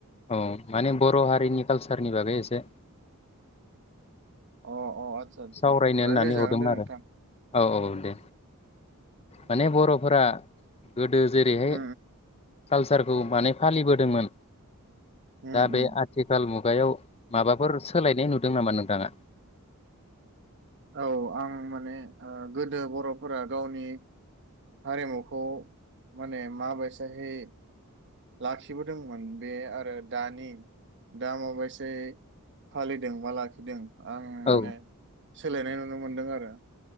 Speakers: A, on the left; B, on the right.
A: औ माने बर' हारिनि कालसारनि बागै एसे
B: अ अ आदसा आदबा,
A: सावरायनो होननानै
B: रायलाय जागोन
A: हरदोंमोन
B: दे
A: आरो
B: नों थां।
A: औ औ दे माने बर'फोरा गोदो जेरैहाय।
B: उम
A: कालसारखौ माने फालिबोदोंमोन।
B: उम
A: दा बे
B: उम
A: आथिखाल मु गायाव माबाफोर सोलायनाय नुदों नामा नोंथाङा?
B: औ आं माने ओ गोदो बर'फोरा गावनि हारिमुखौ माने माबायसाहै लाखिबोदोंमोन, बे आरो दानि दा माबायसायै फालि दों बा लाखिदों आं
A: औ
B: माने सोलायनाय नुनो मोनदों आरो।